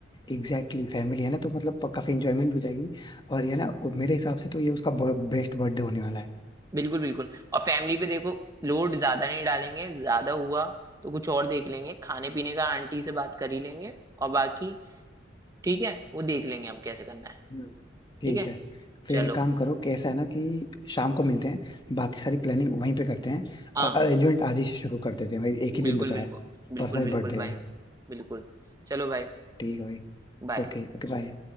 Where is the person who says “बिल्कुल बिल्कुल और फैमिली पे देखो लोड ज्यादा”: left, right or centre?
Right